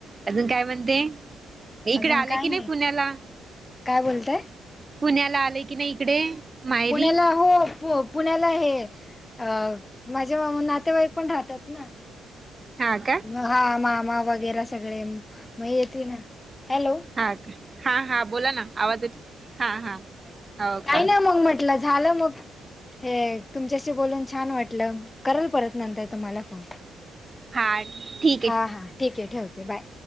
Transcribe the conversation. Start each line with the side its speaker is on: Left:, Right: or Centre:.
Right: अजून काय म्हणते? इकडे
Left: अजून
Right: आलंय
Left: काय
Right: की नाही पुण्याला?
Left: काय बोलताय
Right: पुण्याला आलंय की नाही इकडे? मायरी
Left: पुण्याला हो पु पुण्याला हे अ माझे नातेवाईक पण राहतात ना.
Right: हा का?
Left: म हा मामा वगैरे सगळे, म येेती ना. हॅलो
Right: हा का? हा हा बोला ना, आवाज येत हा हा. हो
Left: काही
Right: का
Left: ना मग म्हटलं, झालं मग. हे तुमच्याशी बोलून छान वाटलं, करल परत नंतर तुम्हाला फोन.
Right: हा ठीक.
Left: हा हा ठीक ये, ठेवते, बाय.